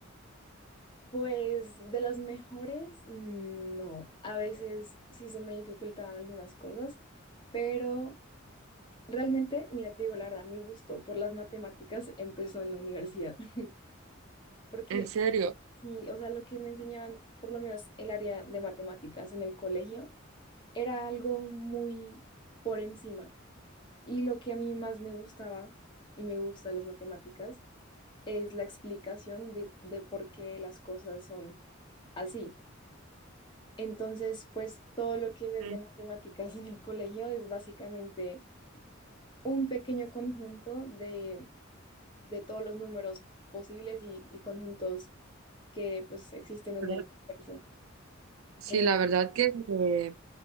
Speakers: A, on the left; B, on the right.
A: Pues de las mejores, mm, no. A veces sí se me dificultaban algunas cosas, pero realmente, mira, te digo la verdad, mi gusto por las matemáticas empezó en la universidad, <laughs> porque
B: En serio.
A: sí, o sea, lo que me enseñaban, por lo menos el área de matemáticas en el colegio, era algo muy por encima. Y lo que a mí más me gustaba y me gusta de las matemáticas es la explicación de, de por qué las cosas son así. Entonces, pues todo lo que ves
B: Sí,
A: de matemáticas <laughs> en el colegio es básicamente un pequeño conjunto de, de todos los números posibles y, y conjuntos que pues existen en
B: ¿verdad?
A: el universo.
B: Sí,
A: Eh,
B: la verdad que... eh,